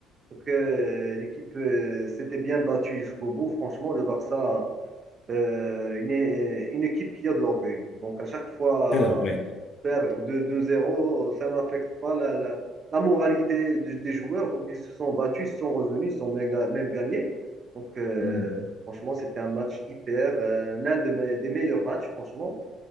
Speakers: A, on the right; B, on the left.
A: Donc, euh, l'équipe euh, s'était bien battue jusqu'au bout. Franchement, le Barça, euh, une, é- une équipe qui a de l'orgueil. Donc, à chaque fois,
B: c'est vrai.
A: perdre 2 2-0, ça n'affecte pas la, la, la moralité de- des joueurs. Donc, ils se sont battus, ils se sont revenus, ils se sont même, ga- même gagnés. Donc, euh,
B: Mm.
A: franchement, c'était un match hyper, euh, l'un de mes, des meilleurs matchs, franchement.